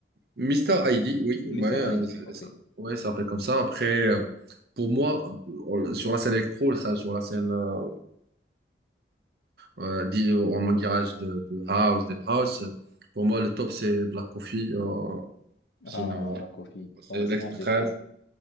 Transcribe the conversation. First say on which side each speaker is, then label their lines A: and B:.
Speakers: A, on the right (about 60°); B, on the left (about 80°).
A: Mister Aidi, oui, ouais,
B: Mister
A: euh,
B: Heidi,
A: c'est-
B: ok.
A: ça, ouais, ça s'appelle comme ça. Après, euh, pour moi, euh, sur la scène électro, ça, sur la scène. euh, euh, di- en mon dirage de, de house, deep house. Pour moi, le top, c'est Black Coffee. euh, sinon,
B: Ah, Black Coffee, franchement,
A: c'est l'extrême.
B: avec ses,